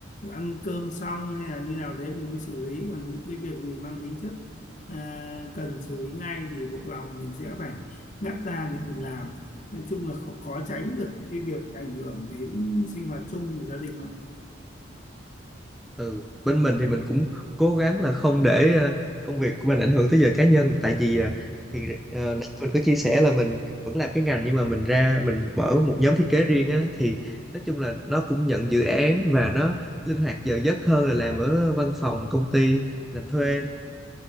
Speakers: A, on the left (about 40°); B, in the centre.
A: ăn cơm xong hay là như nào đấy mình mới xử lý còn những cái việc gì mang tính chất à, cần xử lý ngay thì buộc lòng mình sẽ phải ngắt ra để mình làm nói chung là khó, khó tránh được cái việc ảnh hưởng đến sinh hoạt chung của gia đình đó.
B: ừ bên mình thì mình cũng cố gắng là không để ờ, công việc của mình ảnh hưởng tới giờ cá nhân tại vì ờ, thì ờ, nãy mình có chia sẻ là mình vẫn làm cái ngành nhưng mà mình ra mình mở một nhóm thiết kế riêng á thì nói chung là nó cũng nhận dự án và nó linh hoạt giờ giấc hơn là làm ở văn phòng công ty làm thuê
A: Ừ.